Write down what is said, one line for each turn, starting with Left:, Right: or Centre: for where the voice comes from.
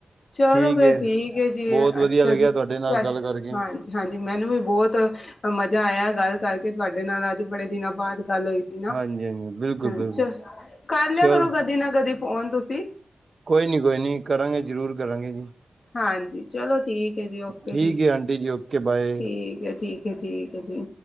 Left: ਚਲੋ
Right: ਠੀਕ
Left: ਫਿਰ
Right: ਹੈ
Left: ਠੀਕ ਏ ਜੀ,
Right: ਬਹੁਤ ਵਧੀਆ
Left: ਅੱਛਾ
Right: ਲੱਗਿਆ
Left: ਜੀ
Right: ਤੁਹਾਡੇ ਨਾਲ
Left: ਚ ਹਾਂਜੀ।
Right: ਗੱਲ ਕਰਕੇ।
Left: ਹਾਂਜੀ ਮੈਨੂੰ ਵੀ ਬਹੁਤ ਮਜ਼ਾ ਆਇਆ ਗੱਲ ਕਰਕੇ ਤੁਆਡੇ ਨਾਲ ਅੱਜ ਬੜੇ ਦਿਨਾਂ ਬਾਅਦ ਗੱਲ ਹੋਈ। <unintelligible>
Right: ਹਾਂਜੀ ਹਾਂਜੀ ਬਿਲਕੁਲ ਬਿਲਕੁਲ
Left: ਕਰ ਲਿਆ
Right: ਚਲੋ
Left: ਕਰੋ ਕਦੀ ਨਾ ਕਦੀ ਫੋਨ ਤੁਸੀ।
Right: ਕੋਈ ਨੀ ਕੋਈ ਨੀ ਕਰਾਂਗੇ, ਜ਼ਰੂਰ ਕਰਾਂਗੇ ਜੀ।
Left: ਹਾਂਜੀ ਚਲੋ ਠੀਕ ਐ ਜੀ ਓਕੇ
Right: ਠੀਕ
Left: ਜੀ
Right: ਹੈ ਆਂਟੀ ਜੀ ਓਕੇ ਬਾਏ।
Left: ਠੀਕ ਐ ਠੀਕ। ਓ ਠੀਕ ਐ ਜੀ।